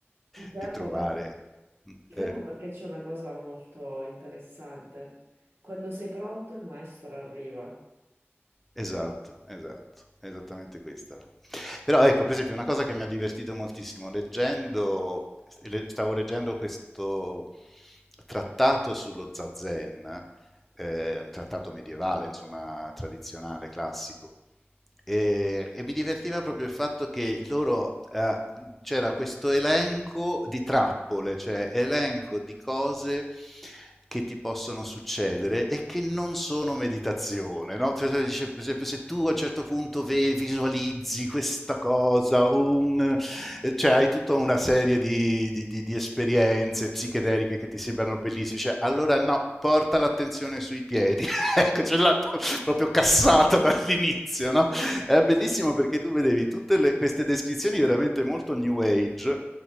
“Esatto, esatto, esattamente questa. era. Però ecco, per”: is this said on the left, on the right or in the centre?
Centre